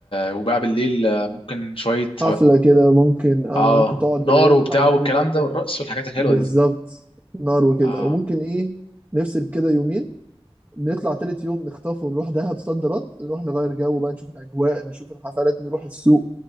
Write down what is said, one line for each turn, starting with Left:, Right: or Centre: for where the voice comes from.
Left: وبقى بالليل آه، ممكن شوية
Right: حفلة كده ممكن آه
Left: اه
Right: ممكن تقعد
Left: نار
Right: اللي هي
Left: وبتاع
Right: حوالين
Left: والكلام
Right: اللي
Left: ده
Right: هي
Left: والرقص والحاجات الحلوة
Right: بالظبط
Left: دي
Right: نار وكده
Left: اه
Right: وممكن ايه نفصل كده يومين نطلع تالت يوم نخطف ونروح دهب صد رد نروح نغير جو بقى نشوف الأجواء نشوف الحفلات نروح السوق